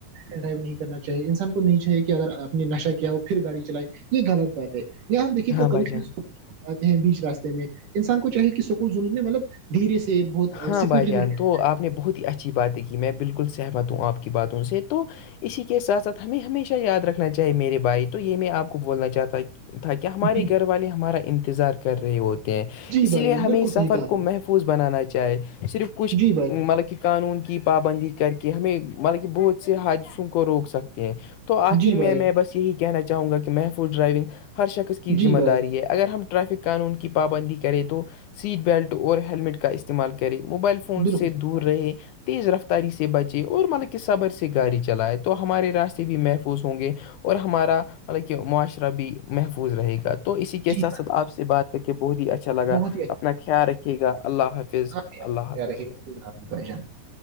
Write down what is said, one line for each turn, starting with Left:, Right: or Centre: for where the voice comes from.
Right: ڈرائیو نہیں کرنا چاہے انسان کو نہیں چاہیے کہ اگر اپ نے نشہ کیا ہو پھر گاڑی چلائے یہ گلط بات ہے یااں ہم دیکھے تو
Left: ہاں
Right: کبھی
Left: بھائی جان
Right: کبھیولے ہیں بیچ راستے میں انسان کو چاہے کہ سکول جن میں مطلب دھیرے سے بہت
Left: ہاں
Right: اسپیڈ
Left: بھائی جان
Right: لمٹ کے۔
Left: تو آپ نے بہت ہی اچھی باتیں کی میں بالکل سہمت ہوں آپ کی باتوں سے تو اسی کے ساتھ ساتھ ہمیں ہمیشہ یاد رکھنا چاہیے میرے بھائی تو یہ میں آپ کو بولنا چاہتا تھا کہ ہمارے
Right: جی
Left: گھر والے ہمارا انتظار کر رہے ہوتے ہیں
Right: جی
Left: اسی
Right: بھائی
Left: لیے
Right: جان بالکل
Left: ہمیں سفر
Right: صحیح کہا آپ
Left: کو
Right: نے
Left: محفوظ محفوظ بنانا چاہے صرف کچھ
Right: جی بھائی
Left: مطلب
Right: جان
Left: کہ قانون کی پابندی کر کے ہمیں مطلب کہ بہت سے حادثوں کو روک سکتے ہیں تو آخر
Right: جی بھائی
Left: میں
Right: جان
Left: میں بس یہی کہنا چاہوں گا کہ محفوظ ڈرائیونگ ہر شخص کی ذمہ
Right: جی بھائی
Left: داری
Right: جان
Left: ہے اگر ہم ٹریفک قانون کی پابندی کریں تو سیٹ بیلٹ اور ہیللمٹ کا استعمال کریں موبائل فون
Right: بالکل
Left: سے
Right: صحیح
Left: دور
Right: کہا
Left: رہے تیز رفتاری سے بچے اور مطلب کہ صبر سے گاڑی چلائے تو ہمارے راستے بھی محفوظ ہوں گے اور ہمارا مطلب کہ معاشرہ بھی محفوظ رہے گا تو اسی کے ساتھ
Right: جی
Left: ساتھ آپ سے بات کر کے بہت ہی اچھا لگا
Right: بہت ہی
Left: اپنا خیال رکے گا اللہ‌ حافظ
Right: <unintelligible>
Left: اللہ حافظ
Right: <inaudible>